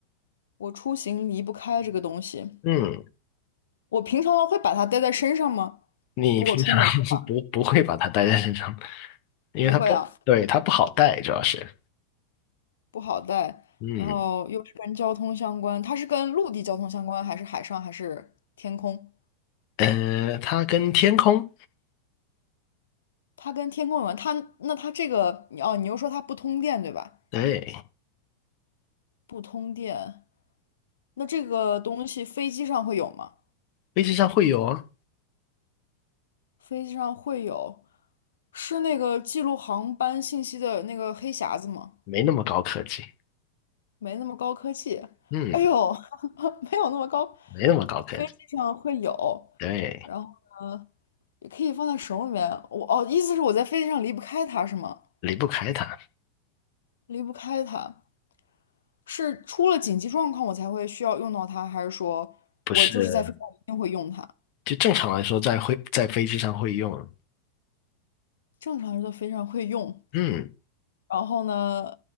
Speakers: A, on the left; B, on the left.
A: 我出行离不开这个东西，
B: 嗯，
A: 我平常会把它带在身上吗？
B: 你平常
A: 如果出门的话，
B: <laughs> 不不会把它带在身上，因为它不，
A: 不会啊，
B: 对，它不好带，主要是。
A: 不好带。
B: 嗯，
A: 然后又是跟交通相关，它是跟陆地交通相关，还是海上，还是天空？
B: 呃，它跟天空，
A: 它跟天空有关，它那它这个你哦，你又说它不通电对吧？
B: 对，
A: 不通电，那这个东西飞机上会有吗？
B: 飞机上会有啊，
A: 飞机上会有，是那个记录航班信息的那个黑匣子吗？
B: 没那么高科技。
A: 没那么高科技，
B: 嗯，
A: 哎呦，<laughs> 没有那么高，
B: 没那么高科技。
A: 飞机上会有，
B: 对。
A: 然后呢，也可以放在手里面。我哦，意思是我在飞机上离不开它是吗？
B: 离不开它，
A: 离不开它。是出了紧急状况我才会需要用到它，还是说我就是在飞机上一定会用它？
B: 不是，就正常来说在会在飞机上会用，
A: 正常人都非常会用。
B: 嗯，
A: 然后呢，